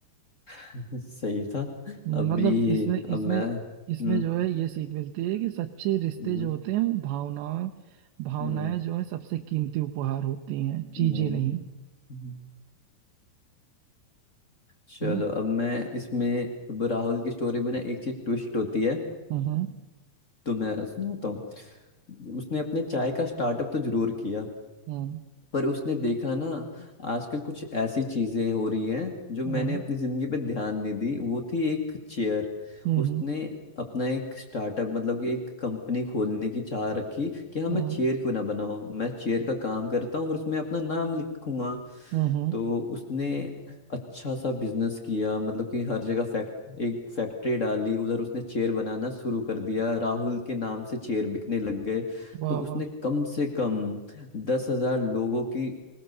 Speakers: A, on the left; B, on the right.
A: <laughs> सही था
B: मतलब
A: अभी
B: इसमें इसमें
A: अब मैं
B: इसमें
A: हम्म
B: जो है ये सीख मिलती है कि सच्चे रिश्ते
A: हम्म
B: जो होते हैं वो भावना भावनाएं
A: हम्म
B: जो है सबसे कीमती उपहार होती हैं चीजें
A: हम्म,
B: नहीं
A: हम्म। चलो
B: है ना
A: अब मैं इसमें अब राहुल की स्टोरी में ना एक चीज ट्विस्ट होती है
B: हम्म हम्म
A: तो मैं सुनाता हूँ उसने अपने चाय का स्टार्टअप तो जरूर किया
B: हम्म
A: पर उसने देखा ना आजकल कुछ ऐसी चीजें हो रही हैं जो
B: हम्म
A: मैंने
B: हम्म
A: अपनी जिंदगी पे ध्यान नहीं दी वो थी एक चेयर
B: हम्म
A: उसने अपना एक स्टार्टअप मतलब कि एक कंपनी खोलने की चाह रखी कि हाँ मैं
B: हम्म,
A: चेयर क्यों ना बनाऊं मैं चेयर का काम करता हूँ और उसमें अपना नाम लिखूंगा
B: हम्म, हम्म,
A: तो उसने अच्छा सा बिजनेस किया मतलब कि हर जगह फैक्ट एक फैक्ट्री डाली उधर उसने चेयर बनाना शुरू कर दिया राहुल के नाम से चेयर बिकने लग गए
B: वाह
A: तो उसने
B: वाह
A: कम से कम दस हजार लोगों की